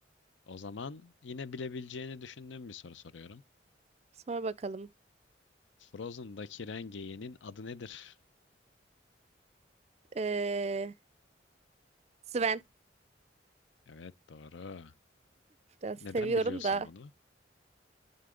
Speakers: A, on the left; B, on the right.
A: O zaman yine bilebileceğini düşündüğüm bir soru soruyorum.
B: Sonra bakalım.
A: Frozen'daki Rengeyi'nin adı nedir?
B: Ee, Sven
A: Evet, doğru.
B: biraz
A: Neden
B: seviyorum
A: biliyorsun
B: da.
A: bunu?